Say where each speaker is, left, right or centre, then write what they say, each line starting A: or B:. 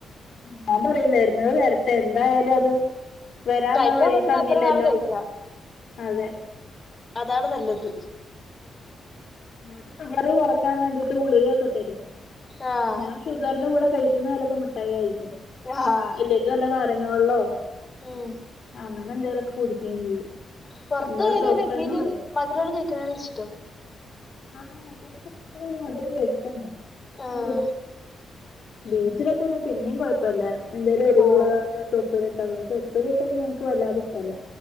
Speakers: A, on the left; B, on the left.
A: ഞാൻ പറയും വരുന്നത് വരട്ടെ എന്തായാലും അത് വരാന്ള്ള
B: കഴിക്കാൻ
A: വഴി
B: പറ്റുന്ന
A: തങ്ങില്ലല്ലോ
B: അത്ര നാള് കഴിക്കാം
A: അതെ
B: അതാണ് നല്ലത്.
A: ഇന്നോട് ഷുഗറ് കുറയ്ക്കാൻ വേണ്ടിട്ടൊകെ ഗുളികൊക്കെ തെരും
B: ആഹ്
A: ഞാൻ ഷുഗറിന്റെ കൂടെ കഴിക്കുന്ന ചിലപ്പൊ മിഠായി ആയിരിക്കും
B: ആഹ്
A: അല്ലെങ്കി വല്ല നാരങ്ങാ വെള്ളോ
B: ഉം
A: ആങ്ങനെ എന്തേലു ഒക്കെ കുടിക്കേ ചെയ്യും
B: പൊറത്ത്
A: എന്നോട്
B: പൊയാലും
A: ഡോക്ടർ
B: അത് എന്തേലും
A: തന്നെ പറയും
B: മധുരോള്ളത് കഴിക്കണഥാണ് ഇഷ്ടം
A: ആഹ് കൊറച്ച് മധുരം കഴക്ക്ണ്ട്
B: ആഹ്
A: മറുതയീ ബീച്ചിലെക്കൊന്ന് പിന്നെയും കൊഴ ഇപ്പല്ല എന്തേലും എരിവുള്ളതൊക്കെ
B: ആഹ്
A: ഉപ്പിലിട്ടത് പക്ഷെ ഉപ്പിലിട്ടത് ഇൻക്ക് വല്ലാതെ ഇഷ്ട്ടല്ല.